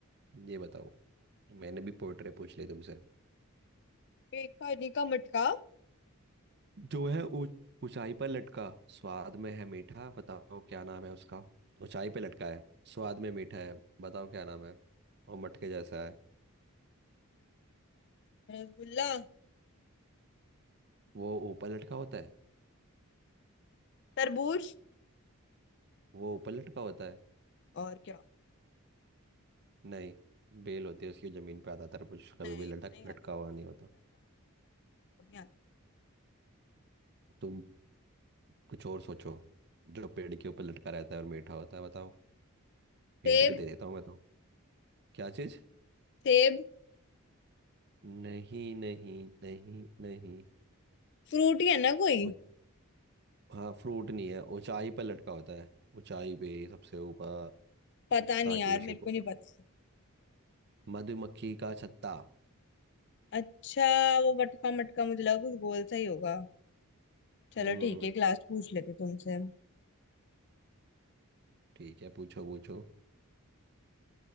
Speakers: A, on the right; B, on the left.
A: ये बताओ मैंने भी पोइट्री पूछ ली तुमसे
B: एक पानी का मटका
A: जो है ऊंच- ऊंचाई पर लटका स्वाद में है मीठा बताओ क्या नाम है उसका ऊंचाई पे लटका है स्वाद में मीठा है बताओ क्या नाम है और मटके जैसा है
B: रसगुल्ला
A: वो ऊपर लटका होता है
B: तरबूज
A: वो ऊपर लटका होता है
B: और क्या
A: नहीं बेल होती है उसकी जमीन पे आता तरबूज कभी
B: नहीं
A: भी लटक
B: वो नहीं आता
A: लटका
B: समझ
A: हुआ
B: नहीं
A: नहीं होता
B: आता अब नहीं आता
A: तुम कुछ और सोचो जो पेड़ के ऊपर लटका रहता है और मीठा होता है बताओ हिंट
B: सेब
A: भी दे देता हूँ मैं तो क्या चीज
B: सेब
A: नहीं नहीं नहीं नहीं
B: फ्रूट ही है ना कोई
A: वो- हाँ फ्रूट नहीं है ऊंचाई पर लटका होता है ऊंचाई पे सबसे ऊपर
B: पता नहीं
A: ताकि
B: यार
A: उसे
B: मेरे को
A: को
B: नहीं पता
A: मधुमक्खी का छत्ता
B: अच्छा वो मटका मटका मुझे लगा कुछ गोल सा ही होगा चलो
A: हम्म
B: ठीक है एक लास्ट पूछ लेते तुमसे
A: ठीक है पूछो पूछो